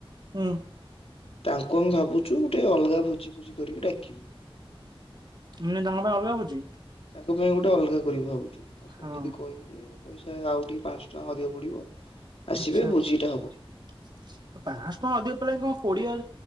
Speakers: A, on the right; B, on the left.
A: ହୁଁ
B: ତାଙ୍କୁ ଆମେ ଭାବୁଛୁ ଗୋଟେ ଅଲଗା ଭୋଜି-ଭୋଜି କରିକି ଡାକିବୁ।
A: ମାନେ ତାଙ୍କ ପାଇଁ ଅଲଗା ଭୋଜି?
B: ତାଙ୍କ ପାଇଁ ଗୋଟେ ଅଲଗା କରିବୁ ଭାବୁଛୁ ଆପଣ
A: ହଁ
B: ଯଦି କହିବେ ପଇସା ଆଉ ଟିକେ ପାଁଶ ଟଙ୍କା ଅଧିକ ପଡ଼ିବ। ଆସିବେ
A: ଆଛା
B: ଭୋଜିଟା
A: ପାଞ୍ଚଶହ
B: ହବ
A: ଟଙ୍କା ଅଧିକ ପଡ଼ିଲାଣି କଣ କୋଡିଏ